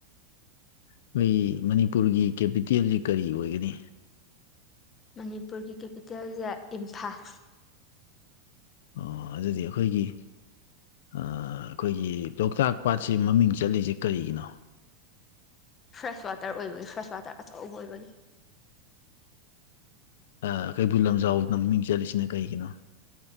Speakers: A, on the left (about 70°); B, on the left (about 20°).
A: ꯑꯩꯈꯣꯏꯒꯤ ꯃꯅꯤꯄꯨꯔꯒꯤ ꯀꯦꯄꯤꯇꯦꯜꯖꯤ ꯀꯔꯤ ꯑꯣꯏꯒꯅꯤ
B: ꯃꯅꯤꯄꯨꯔꯒꯤ ꯀꯦꯄꯤꯇꯦꯜꯖꯦ ꯏꯝꯐꯥꯜ
A: ꯑꯣ ꯑꯗꯨꯗꯤ ꯑꯩꯈꯣꯏꯒꯤ ꯑ ꯑꯩꯈꯣꯏꯒꯤ ꯂꯣꯛꯇꯥꯛ ꯄꯥꯠꯁꯤ ꯃꯃꯤꯡ ꯆꯠꯂꯤꯁꯦ ꯀꯔꯤꯒꯤꯅꯣ
B: ꯐ꯭ꯔꯦꯁ ꯋꯥꯇꯔ ꯑꯣꯏꯕꯒꯤ ꯐ꯭ꯔꯦꯁ ꯋꯥꯇꯔ ꯑꯆꯧꯕ ꯑꯣꯏꯕꯒꯤ
A: ꯑ ꯀꯩꯕꯨꯜ ꯂꯝꯖꯥꯎꯅ ꯃꯃꯤꯡ ꯆꯠꯂꯤꯁꯤꯅ ꯀꯩꯒꯤꯅꯣ